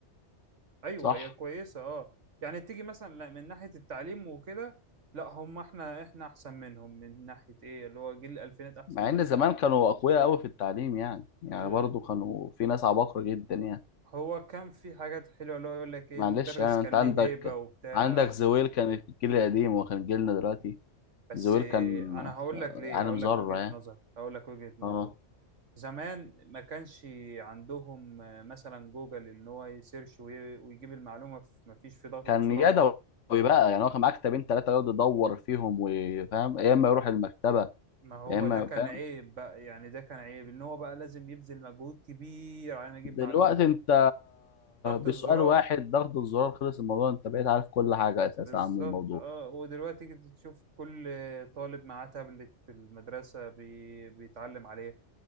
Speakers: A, on the right; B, on the left.
A: ايوه
B: صح
A: هي كويسه اه يعني تيجي مثلا لا من ناحيه التعليم وكده لا هم احنا احنا احسن منهم من ناحيه ايه اللي هو جيل الالفينات احسن
B: مع
A: منه
B: ان زمان كانوا اقوياء قوي في التعليم يعني يعني
A: إيه،
B: برضو كانوا في ناس عباقرة جدا يعني
A: هو كان في حاجات حلوه اللي هو يقول لك ايه
B: معلش
A: المدرس
B: يعني
A: كان
B: انت عندك
A: ليه هيبه وبتاع
B: عندك زويل كان في الجيل القديم وكان جيلنا دلوقتي
A: بس
B: زويل
A: إيه
B: كان
A: انا هقول
B: في
A: لك ليه
B: عالم
A: هقول
B: ذرة
A: لك وجهه
B: يعني
A: نظر هقول لك وجهه نظر
B: اه
A: زمان ما كانش عندهم آه، مثلا جوجل ان هو يسيرش وي- ويجيب المعلومه في- ما فيش في ضغطه
B: كان
A: زرار
B: يدوي بقى يعني هو كان معاه كتابين ثلاثة يقعد يدور فيهم وفاهم يا اما يروح المكتبة
A: ما هو
B: يا اما
A: ده كان
B: فاهم
A: عيب بقى يعني ده كان عيب ان هو بقى لازم يبذل مجهود كبير على ما يجيب
B: دلوقتي
A: معلومة
B: انت
A: ضغطة
B: بسؤال
A: زرار
B: واحد ضغط الزرار خلص الموضوع انت بقيت عارف كل حاجه اساسا
A: بالظبت
B: عن الموضوع
A: اه ودلوقتي تيجي تشوف كل طالب معاه تابلت في المدرسة بي... بيتعلم عليه